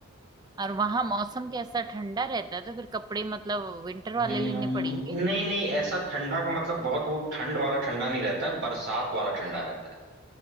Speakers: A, on the right (about 20°); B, on the right (about 55°).
A: और वहां मौसम कैसा ठंडा रहता है तो फिर कपड़े मतलब विंटर
B: हम्म,
A: वाले लेने पड़ेंगे
B: नहीं नहीं ऐसा ठंडा का मतलब बहुत वो ठंड वाला ठंडा नहीं रहता है बरसात वाला ठंडा रहता है